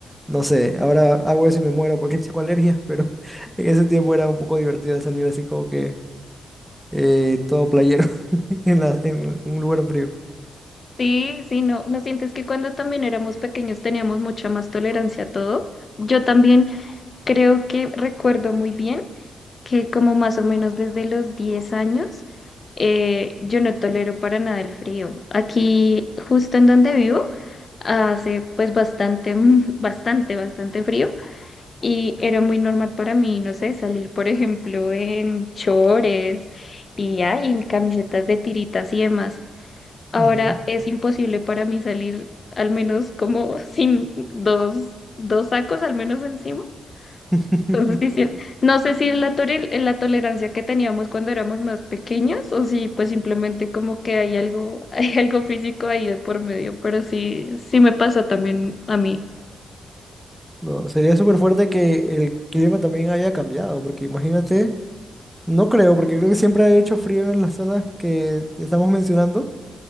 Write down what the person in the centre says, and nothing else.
no sé, ahora hago eso y me muero porque <laughs> tengo alergias, pero <laughs> en ese tiempo era un poco divertido salir así como que eh, todo playero <laughs> en la, en un lugar frío.
Ujú.
<laughs>
No, sería súper fuerte que el clima también haya cambiado, porque imagínate, no creo, porque creo que siempre ha hecho frío en las zonas que estamos mencionando,